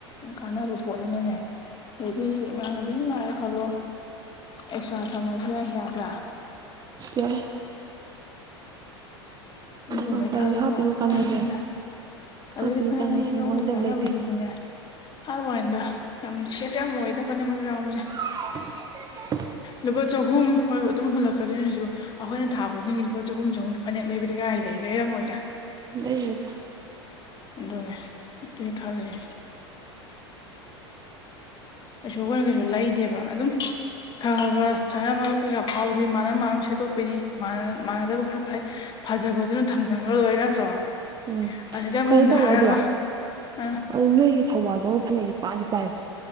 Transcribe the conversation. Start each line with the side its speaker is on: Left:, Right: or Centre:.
Left: ꯀꯥꯟꯅꯕ ꯄꯣꯠꯅꯤꯅꯅꯦ ꯍꯥꯏꯗꯤ ꯃꯥꯅꯕꯤ ꯑꯀ ꯂꯛꯑꯦ ꯈꯜꯂꯣ ꯑꯦꯛꯁꯇꯔ ꯊꯝꯃꯁꯨ ꯌꯥꯢ ꯌꯥꯗꯔꯥ
Right: ꯌꯥꯏ
Left: ꯩ ꯑꯗꯨꯝꯕꯩ
Right: ꯋꯥꯟ ꯄ꯭ꯂꯥꯏꯁꯦ
Left: ꯈꯜꯂ
Right: ꯍꯥꯞꯄꯤꯒ
Left: ꯂꯧꯕꯅꯤꯗ
Right: ꯀꯥꯟꯅꯩꯁꯦ ꯍꯥꯞꯄꯤꯒ
Left: ꯑꯗꯨꯗꯗꯤ ꯐꯅꯦꯛ
Right: ꯀꯥꯟꯅꯩꯁꯤꯗ
Left: ꯃꯔꯨꯝ ꯌꯥꯎꯕꯒꯤ
Right: ꯃꯥꯡꯖꯕ
Left: ꯀꯥꯟꯅꯕ
Right: ꯂꯩꯇꯦ
Left: ꯖꯤꯁꯨ ꯅꯦ ꯍꯥꯏꯕ ꯋꯅꯤꯗ ꯌꯥꯝ ꯁꯦꯐ ꯌꯥꯝ ꯑꯣꯏꯗ ꯐꯅꯦꯛ ꯃꯔꯨꯞ ꯌꯥꯎꯕꯁꯦ
Right: <unintelligible>
Left: ꯂꯨꯄꯥ ꯆꯍꯨꯝ ꯍꯣꯏ ꯑꯗꯨꯝ ꯍꯨꯜꯂꯛꯀꯣꯏꯅꯤ ꯑꯗꯨꯁꯨ ꯑꯩꯈꯣꯏꯅ ꯊꯥ ꯈꯨꯗꯤꯡꯒꯤ ꯂꯨꯄꯥ ꯆꯍꯨꯝ ꯆꯍꯨꯝꯗ ꯐꯅꯦꯛ ꯂꯩꯕꯗꯤ ꯀꯥꯏ ꯀꯥꯏ ꯂꯩ ꯂꯩꯔꯝꯃꯣꯏꯗ
Right: ꯂꯩꯗꯦꯗ
Left: ꯑꯗꯨꯅꯦ ꯑꯗꯨꯢ ꯈꯜꯂꯤ ꯀꯩꯁꯨ ꯈꯣꯢꯅ ꯀꯩꯁꯨ ꯂꯩꯗꯦꯕ ꯑꯗꯨꯝ ꯈꯔ ꯈꯔ ꯈꯔ ꯁꯅ ꯃꯔꯨꯞ ꯀꯩꯀꯥ ꯐꯥꯎꯕꯗꯤ ꯃꯥꯅ ꯃꯥꯅ ꯁꯦꯠꯇꯣꯛꯄꯤꯅꯤ ꯃꯥꯟꯅꯗꯕ ꯈꯔ ꯐꯩ ꯐꯖꯕꯗꯨꯅ ꯊꯝꯖꯈ꯭ꯔ ꯂꯣꯏꯔꯦ ꯅꯠꯇ꯭ꯔꯣ
Right: ꯎꯝ
Left: ꯑꯁꯤꯗ ꯑꯃꯔꯣꯝꯗ
Right: ꯀꯩꯅꯣ ꯇꯧꯋꯦ
Left: ꯍꯥꯏꯔꯒ
Right: ꯑꯗꯣ
Left: ꯑ
Right: ꯑꯣ ꯅꯣꯏꯒꯤ ꯊꯧꯕꯥꯜꯗꯧꯛ ꯐꯅꯦꯛꯁꯦ ꯄꯥꯗꯤ ꯄꯥꯏꯕ